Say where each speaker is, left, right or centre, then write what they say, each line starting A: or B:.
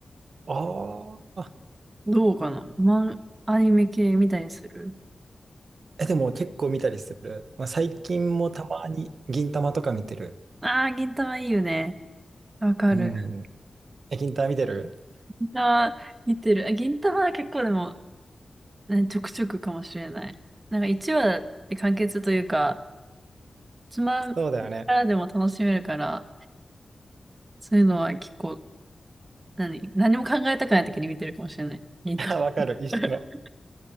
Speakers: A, on the right; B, on the right.
A: ああ、
B: どうかなマン、アニメ系見たりする
A: え、でも結構見たりする。まあ、最近もたまに銀玉とか見てる。
B: ああー、銀魂いいよね。わかる。
A: うん。え、銀玉見てる
B: 銀魂見てる。あ、銀魂は結構でも、ね、ちょくちょくかもしれない。なんか1話で完結というか、つまみからでも楽しめるから、
A: そうだよね。
B: そういうのは結構、何、何も考えたくない時に見てるかもしれない。銀魂
A: <laughs> わかる、一緒。
B: <laughs>